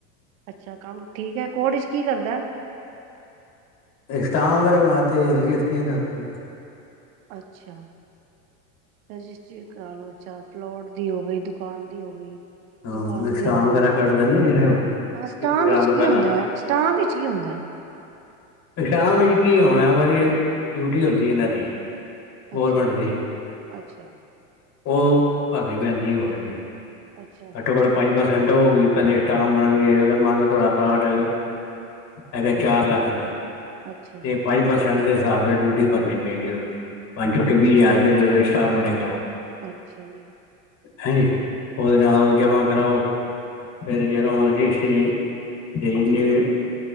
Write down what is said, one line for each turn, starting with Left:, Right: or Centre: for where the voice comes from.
Right: ਅੱਛਾ ਕੰਮ ਠੀਕ ਹੈ, ਕੋਰਟ ਚ ਕੀ ਕਰਦਾ
Left: ਸਟਾਮ ਵਗੈਰਾ ਬਣਾਤੇ, ਰਜਿਸਟਰੀਆਂ ਕਰਤੀਆਂ
Right: ਅੱਛਾ। ਰਜਿਸਟਰੀ ਕਰਾ ਲੋ ਅੱਛਾ, ਪਲੋਟ ਦੀ ਹੋ ਗਈ, ਦੁਕਾਨ ਦੀ ਹੋਵੇਈ
Left: ਹਾਂ
Right: ਮਕਾਨ
Left: ਵਿਸ਼ਰਾਮ
Right: ਦੀ ਹੋ ਗਈ,
Left: ਵਗੈਰਾ ਕੱਢਦੇ ਨੇ ਨਾ ਜਿਹੜੇ
Right: ਹਾਂ ਸਟਾਮ
Left: ਇਗਜ਼ਾਮ
Right: ਵਿੱਚ
Left: ਤੋਂ
Right: ਕੀ
Left: ਪਹਿਲਾਂ
Right: ਹੁੰਦਾ, ਸਟਾਮ ਵਿੱਚ ਕੀ ਹੁੰਦਾ
Left: ਸਟਾਮ ਚ ਕੀ ਹੋਣਾ ਵਾਰੀ ਡਿਊਟੀ ਹੁੰਦੀ ਇਹਨਾਂ ਦੀ ਗੌਰੌਰਮੈਂਟ
Right: ਅੱਛਾ
Left: ਦੀ,
Right: ਅੱਛਾ
Left: ਉਹ ਭਰਨੀ ਪੈਂਦੀ ਹੋਰ ਕਿ
Right: ਅੱਛਾ ਅੱਛਾ
Left: ਘੱਟੋ-ਘੱਟ ਪੰਜ ਪਰਸੈਂਟ ਹੋਗੀਈ ਪਹਿਲੇ ਸਟਾਂਮ ਬਣਾਉਣਗੇ ਫ ਮੰਨ ਲਓ ਤੁਹਾਡਾ ਪਲਾਟ ਹੈਗਾ ਚਾਰ ਲੱਖ ਦਾ,
Right: ਅੱਛਾ
Left: ਤੇ
Right: ਜੀ
Left: ਪੰਜ ਪਰਸ ਪਰਸੈਂਟ ਦੇ ਹਿਸਾਬ ਨਾਲ ਡਿਊਟੀ ਭਰਨੀ ਪਏਗੀ ਉਸਦੀ, ਪੰਜ ਜੋ ਕਿ ਵੀਹ ਹਜ਼ਾਰ ਰੁਪਏ ਦੇਦੋਂ ਸਟਫ ਬਣੇਗਾ ਉਹ
Right: ਅੱਛਾ ਜੀ
Left: ਹਾਂਜੀ ਨਾਲ ਉਹ ਜਮਾ ਕਰਾਓ ਫਿਰ ਜਨ ਵ ਜ ਸੀਨੀ